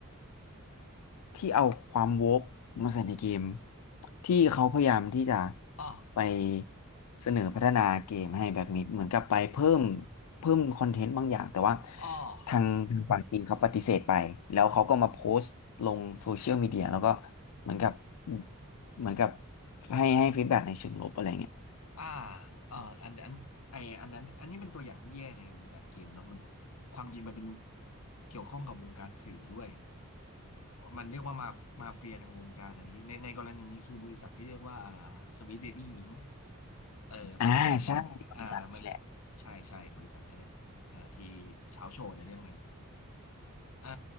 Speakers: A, on the left; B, on the left.
A: ที่เอาความโวกมาใส่ในเกมที่เขาพยายามที่จะ
B: อ๋อ
A: ไปเสนอพัฒนาเกมให้แบ็กมิดเหมือนกับไปเพิ่มเพิ่มคอนเทนต์บางอย่างแต่ว่า
B: อ๋อ
A: ทางทางฝั่งจีนเขาปฏิเสธไปแล้วเขาก็มาโพสต์ลงโซเชียลมีเดียแล้วก็เหมือนกับเหมือนกับให้ให้ฟีดแบ็กในเชิงลบอะไรเงี้ย
B: อ่าเอออันอันไออันนั้นอันนี้เป็นตัวอย่างที่แย่ในวงการเกมเนาะมันความจริงมันเป็นเกี่ยวข้องกับวงการสื่อด้วย มันเรียกว่ามามาเฟียทางวงการอันนี้ในในกรณีนี้คือบริษัทที่เรียกว่าอ่าสวีทเบบี้อิงเออมันเป็น
A: อ่าใช่บริษัทนี้แหละ
B: อ่ามันใช่ใช่บริษัทนี้แหละอ่าที่เช้าโชว์ในเรื่องนั้นอ่า